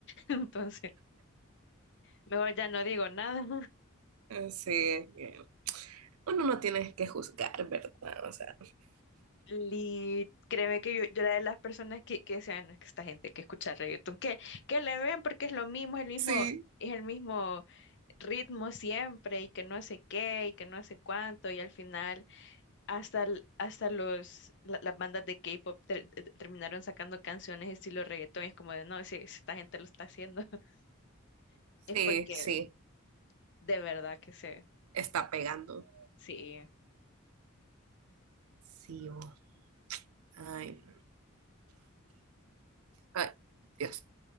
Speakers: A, on the left; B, on the right.
A: entonces mejor ya no digo nada.
B: Sí, es que uno no tiene que juzgar, ¿verdad? O sea,
A: Y créeme que yo, yo era de las personas que, que decían, no, es que esta gente que escucha reggaetón, que, que le ven porque es lo mismo, es el mismo,
B: sí,
A: es el mismo ritmo siempre, y que no sé qué, y que no sé cuánto, y al final hasta, l- hasta los, la- las bandas de K-pop ter- ter- terminaron sacando canciones estilo reggaetón, y es como de, no, si, si esta gente lo está haciendo, <laughs>
B: sí,
A: es porque
B: sí,
A: de verdad que sé,
B: está pegando.
A: sí,
B: Sí, vos. Ay, ay, Dios,